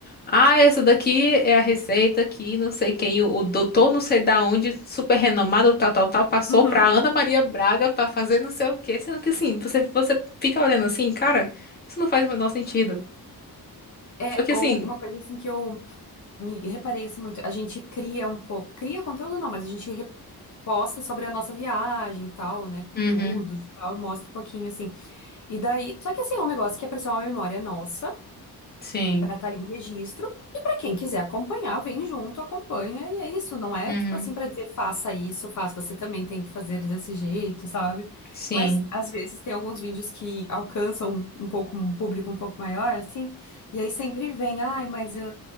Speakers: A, on the left; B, on the left.
A: ah, essa daqui é a receita que não sei quem, o, o doutor não sei da onde, super renomado, tal, tal, tal, passou
B: Uhum.
A: pra Ana Maria Braga pra fazer não sei o quê, sendo que assim, você, você fica olhando assim, cara, isso não faz o menor sentido.
B: É,
A: Só que
B: ou
A: assim,
B: uma coisa assim que eu me reparei assim muito, a gente cria um pouco, cria conteúdo não, mas a gente reposta sobre a nossa viagem e tal, né, conteúdos
A: uhum,
B: e tal, e mostra um pouquinho assim. E daí, só que assim, é um negócio que é pra ser uma memória nossa.
A: sim,
B: para estar ali um registro e para quem quiser acompanhar, vem junto, acompanha e é isso, não é
A: uhum,
B: tipo assim para dizer faça isso, faça, você também tem que fazer desse jeito, sabe?
A: sim.
B: Mas às vezes tem alguns vídeos que alcançam um, um pouco um público um pouco maior assim, e aí sempre vem, ai, mas eu...